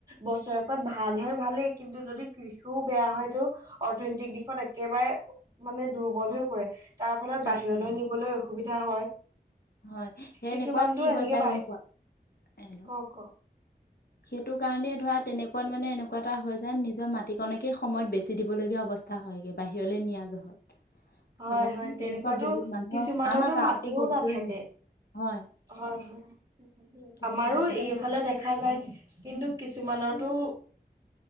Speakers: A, on the right (about 25°); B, on the left (about 65°).
A: বছৰেকত ভাল হয় ভালেই কিন্তু যদি কৃষিও বেয়া হয়তটো অৰ্থনৈতিক দিশত একেবাৰে মানে দুৰ্বল হৈ পৰে তাৰ ফলত
B: চাপ
A: বাহিৰলৈ
B: উম,
A: নিবলৈ অসুবিধা হয়
B: হয় সেই
A: কিছুমানটো
B: এনেকুৱাত কি
A: এনেকে
B: হৈ যায়
A: বাহী
B: গম পোৱা হেল্ল'
A: ক ক
B: সেইটো কাৰণে ধৰা তেনেকুৱাত মানে এনেকুৱা এটা হয় যায়, নিজৰ মাটিকনকে সময়ত বেছি দিব লগীয়া হ'ব অৱস্থা হয়গে বাহিৰলে নিয়া জহত। চাবাচোন
A: হয় হয় তেনেকুৱাতো
B: তেনেকুৱা বহুত মানুহৰ
A: কিছুমানতো
B: আমাৰ গাঁৱতে
A: মাটিও
B: বহুতৰে
A: নাথাকে।
B: হৈ গৈছে হয়
A: হয় হয়
B: তেনেকুৱা
A: আমাৰো
B: অৱস্থা
A: এইফালে দেখা যায়। কিন্তু কিছুমানৰটো